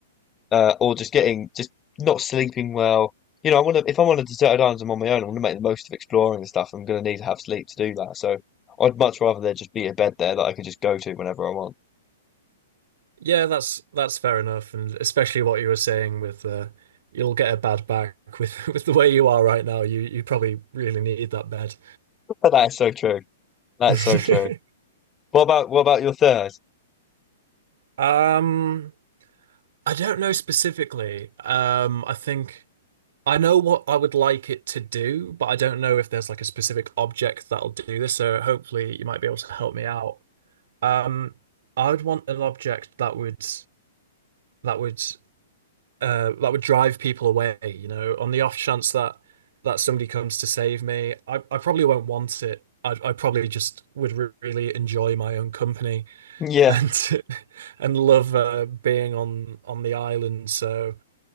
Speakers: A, on the left; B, on the right.
A: uh, or just getting just not sleeping well. You know, I want to if I'm on a deserted island I'm on my own, I want to make the most of exploring and stuff. I'm going to need to have sleep to do that. So I'd much rather there just be a bed there that I could just go to whenever I want.
B: Yeah, that's that's fair enough, and especially what you were saying with uh, you'll get a bad back with <laughs> with the way you are right now. You you probably really need that bed.
A: <laughs> That is so true. That
B: <laughs>
A: is so true. What about what about your third? <laughs>
B: Um, I don't know specifically. Um, I think I know what I would like it to do, but I don't know if there's like a specific object that'll do this. So hopefully you might be able to help me out. Um, I would want an object that would that would uh that would drive people away, you know, on the off chance that that somebody comes to save me. I, I probably won't want it. I I probably just would re really enjoy my own company
A: Yeah.
B: and <laughs> and love uh, being on on the island. So